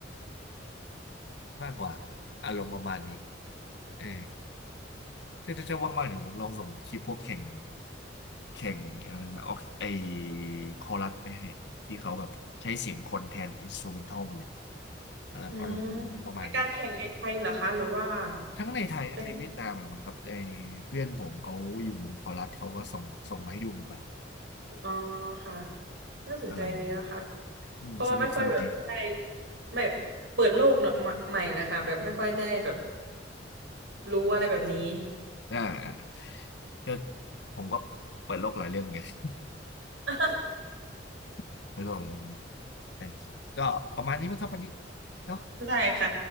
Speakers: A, on the left; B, on the right.
A: มากกว่าอารมณ์ประมาณนี้เออถ้าจะจะว่างๆเดี๋ยวผมลองส่งคลิปพวกแข่งแข่งอะไรนะออกไอคอรัสไปให้ ที่เขาแบบใช้เสียงคนแทนอินส t ูเมนทัลมาเลย เอออารมณ์ประมาณนี้
B: อืมเป็นการแข่งในไทยเหรอคะหรือว่า
A: ทั้งในไทยทั้งในเวียดนามอ่ะมันกับไอ้เพื่อนผมเขาอยู่วงคอรัสเขาก็ส่งส่งมาให้ดูไปบัด
B: เป็นอ๋อค่ะน่าสนใจดีนะคะ
A: อะไรอย่างนี้อืมสนุกสนุกดี
B: เพราะว่าไม่ค่อยแบบได้ไม่เปิดโลกเนอะใหม่ใหม่แล้วค่ะแบบไม่ค่อยได้แบบรู้อะไรแบบนี้
A: อ่าก็ผมก็เปิดโลกหลายเรื่องเหมือนกัน
B: <laughs>
A: <laughs> เปิดโลกหลายเรื่องเหมือนกันนะก็ประมาณนี้มั้งครับวันนี้เนาะ
B: ได้ค่ะ